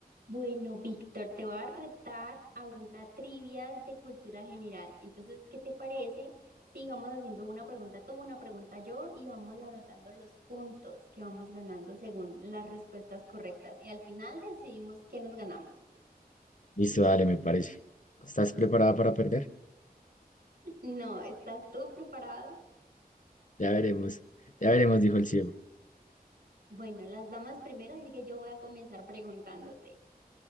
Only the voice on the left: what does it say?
Listo, dale, me parece. ¿Estás preparada para perder?
Ya veremos. Ya veremos, dijo el ciego.